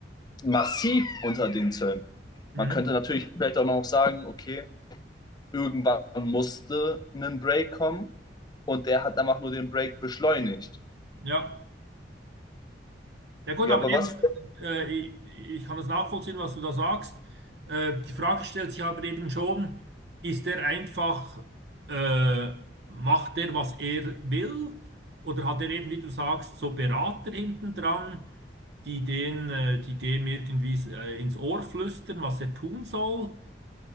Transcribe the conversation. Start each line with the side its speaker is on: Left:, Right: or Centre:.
Left: massiv unter den Zöllen.
Right: mhm,
Left: Man könnte natürlich vielleicht auch noch sagen, okay, irgendwann musste ein Break kommen und er hat einfach nur den Break beschleunigt.
Right: ja. Ja gut,
Left: Ja,
Right: aber
Left: aber
Right: eben,
Left: was,
Right: äh, ich, ich kann das nachvollziehen, was du da sagst. Äh, die Frage stellt sich aber eben schon, ist er einfach, äh, macht er, was er will? Oder hat er eben, wie du sagst, so Berater hinten dran, die den, äh, die dem irgendwie äh, ins Ohr flüstern, was er tun soll?